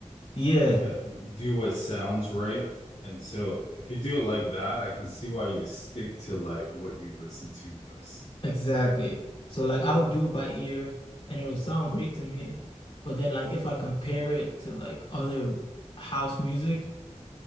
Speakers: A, on the left (about 50°); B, on the left (about 70°).
A: Yeah,
B: You can do what sounds right. And so if you do it like that, I can see why you would stick to like what you listen to most.
A: exactly. So like I would do it by ear and it'll sound great to me. But then like if I compare it to like other house music,